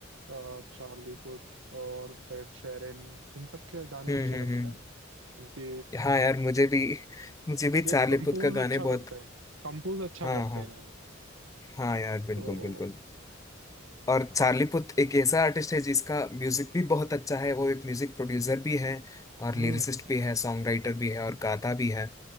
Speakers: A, on the right; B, on the left.
A: अ, चार्ली पुट और एड शेरन इन सब के गाने
B: हम्म
A: अच्छे
B: हम्म
A: लगते
B: हम्म।
A: हैं इनकी
B: हाँ यार मुझे भी मुझे भी चार्ली
A: ये कंपोज
B: पुथ का गाने
A: अच्छा
B: बहुत
A: करते हैं कंपोज अच्छा
B: हाँ
A: करते
B: हाँ
A: हैं
B: हाँ यार बिल्कुल
A: तो
B: बिल्कुल और चार्ली पुथ एक ऐसा आर्टिस्ट है जिसका म्यूजिक भी बहुत अच्छा है वो एक म्यूजिक प्रोड्यूसर भी है और
A: हम्म
B: लिरिसिस्ट भी है सॉन्ग राइटर भी है और गाता भी है